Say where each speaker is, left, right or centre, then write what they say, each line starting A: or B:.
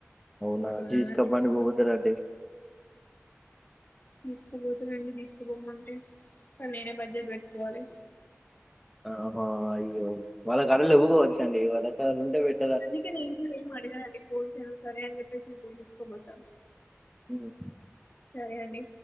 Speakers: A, in the centre; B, on the left.
A: అవునా
B: ఇప్పులాలి
A: తీసుకమ్మండి పోతారండి
B: తీసుకుపోతరండి తీసుకుపోమంటే కానీ నేనే బడ్జెట్ వెట్టుకోవాలి
A: ఆహా అయ్యో వాళ్ళ కాడ లెవ్వు కావచ్చు అండి వాళ్ల కాడ ఉంటే వెట్టు
B: అందుకే నేను కూడా ఏం అడగను అండి పోసాడు సరే అని చెప్పేసి పోలుసుకోబోతా
A: హు
B: సరే అండి